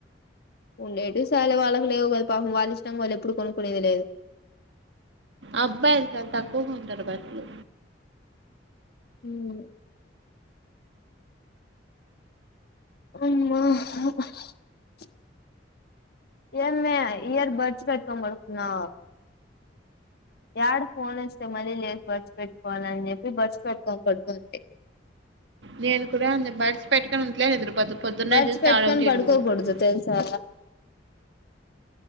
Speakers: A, on the left; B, on the right.
A: ఉండేటి సాలే వాళ్ళకి లేవు కదా పాపం వాళ్ళు ఇష్టం వాళ్ళు ఎప్పుడు కొనుక్కునే ది లేదు
B: అబ్బాయిల్ చాలా తక్కువుగా ఉంటారు బస్లో
A: ఉమ్ అమ్మా హ హ ఏంద్ మే ఇయర్ బర్డ్స్ పెట్కోమంటు ఉన్నావ్ యాడ ఫోన్ వస్తే మళ్ళీ లేచ్ వచ్ పెట్టుకోవాల అని చెప్పి బస్సు పెట్టుకో పడ్ తుఉంది
B: నేన్ కూడా అందే బట్స్ పెట్టుకుంఉట్లే ఎంది పొద్దు పొద్దున్నే
A: బడ్స్
B: చూస్తే
A: పెట్టుకొని
B: ఆడ్ అవుతాయి.
A: పడుకోకూడదు
B: రెండు ముగురు పెట్
A: తెలుసా